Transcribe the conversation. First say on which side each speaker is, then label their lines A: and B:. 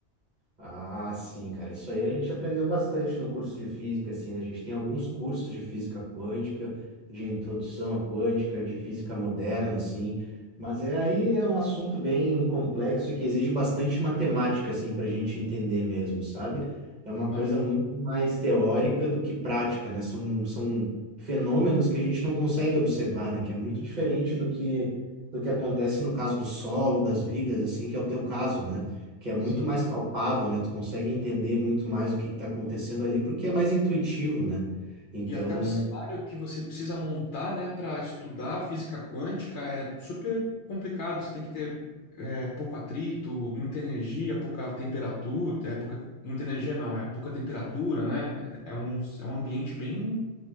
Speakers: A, on the right; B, on the left.
A: Ah, sim, cara. Isso aí a gente aprendeu bastante no curso de física, assim, né? A gente tem alguns cursos de física quântica, de introdução à quântica, de física moderna, assim. Mas é aí é um assunto bem complexo e que exige bastante matemática, assim, para a gente entender mesmo, sabe? É uma
B: Imagino.
A: coisa muito mais teórica do que prática, né? São, são fenômenos que a gente não consegue observar, né? Que é muito diferente do que, do que acontece no caso do solo, das vigas, assim, que é o teu caso, né? que é muito
B: sim
A: mais palpável, né? Tu consegue entender muito mais o que está acontecendo ali, porque é mais intuitivo, né? Então,
B: E até o cenário que você precisa montar, né, para estudar física quântica é super complicado. Você tem que ter é, pouco atrito, muita energia, pouca temperatura. É pouca, muita energia não, é pouca temperatura, né? É um, é um ambiente bem